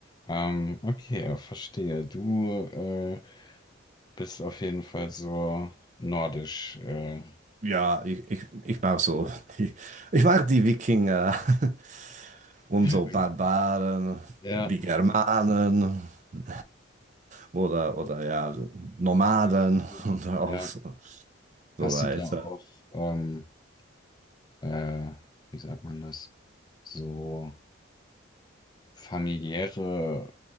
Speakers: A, on the left; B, on the right.
A: Ähm, okay, verstehe. Du. Äh, Bist auf jeden Fall so nordisch. Äh.
B: ja, ich, ich, ich mag so, die, ich mag die Wikinger <laughs> und so
A: Wie-
B: Barbaren,
A: Ja,
B: die Germanen. <laughs> Oder, oder ja, Nomaden
A: bist du.
B: <laughs> und auch
A: Ja.
B: so.
A: Hast
B: So weiter.
A: du da auch, ähm, äh, wie sagt man das? So familiäre